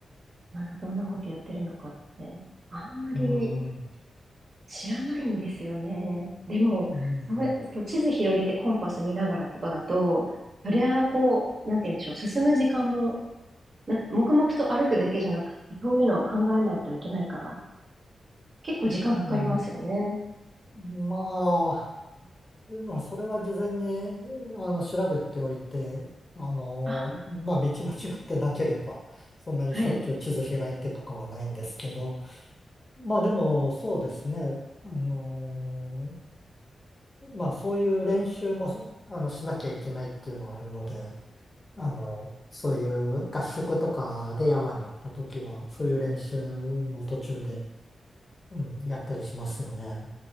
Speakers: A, on the right; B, on the left.
A: なんかどんなことやってるのかって、あんまり、
B: うん、
A: 知らないんですよね。でも、
B: うん、
A: それ、そう、地図広げてコンパス見ながらとかだと、それはこう、なんて言うんでしょう、進む時間も、な、黙々と歩くだけじゃなくて、そういうのを考えないといけないから、結構時間かかりますよね。
B: うんまあ、まあ、それは事前に、あの、調べておいて、あの、
A: ああ、
B: まあ、道間違ってなければ、そんなにしょっちゅう地図開いてとかはないんですけど、
A: はい。
B: まあでも、そうですね。あのーまあそういう練習もそあのしなきゃいけないっていうのはあるので、あの、そういう合宿とかで山に行った時は、そういう練習も途中で、うん、やったりしますよね。